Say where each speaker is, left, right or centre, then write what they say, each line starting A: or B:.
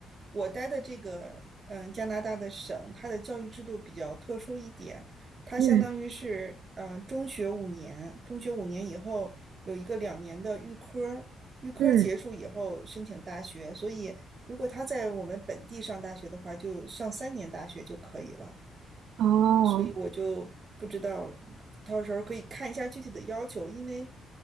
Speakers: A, on the right (about 25°); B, on the right (about 75°).
A: 我待的这个嗯加拿大的省，它的教育制度比较特殊一点，它相当于是嗯，
B: 嗯
A: 中学五年，中学五年以后有一个两年的预科预科结束以后申请大学，
B: 嗯，
A: 所以如果他在我们本地上大学的话，就上三年大学就可以了。
B: 哦
A: 所以我就不知道，到时候可以看一下具体的要求，因为，